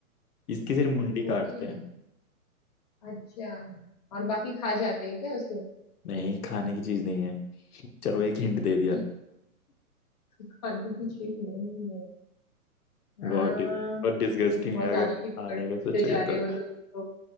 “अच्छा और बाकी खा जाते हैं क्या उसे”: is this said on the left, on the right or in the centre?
Left